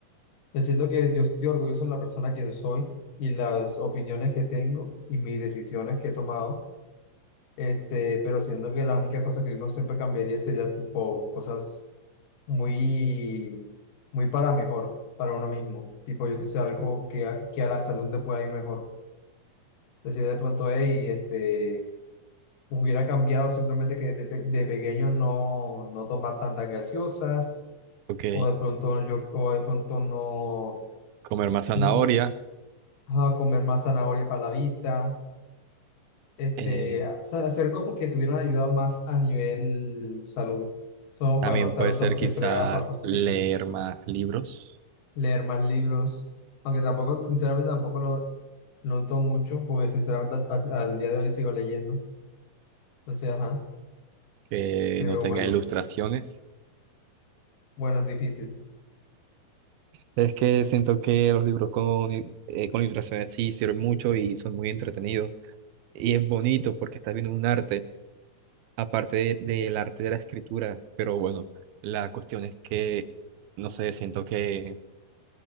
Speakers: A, on the left; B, on the right.
A: Yo siento que yo estoy orgulloso de la persona que soy y las opiniones que tengo y mis decisiones que he tomado. Este, pero siento que las únicas cosas que uno siempre cambiaría sería tipo cosas muy, muy para mejor, para uno mismo. Tipo, yo que sé, algo que a, que a la salud le pueda ir mejor. Decir de pronto, hey, este, hubiera cambiado simplemente que de, pe- de pequeño no, no tomar tantas gaseosas,
B: Ok,
A: o de pronto yo, o de pronto no,
B: comer más zanahoria.
A: no ah, comer más zanahoria para la vista este,
B: eh,
A: a- sa- hacer cosas que te hubieran ayudado más a nivel salud. Somos
B: también
A: para no estar
B: puede
A: usando
B: ser quizás
A: siempre gafas, cosas
B: leer
A: así,
B: más libros
A: leer más libros, aunque tampoco, sinceramente, tampoco lo noto mucho, porque sinceramente a- al día de hoy sigo leyendo. Entonces, ajá,
B: que
A: pero
B: no tenga
A: bueno,
B: ilustraciones.
A: bueno, es difícil,
B: Es que siento que los libros con, i- eh, con ilustraciones sí sirven mucho y son muy entretenidos. Y es bonito porque estás viendo un arte, aparte de- del arte de la escritura. Pero bueno, la cuestión es que, no sé, siento que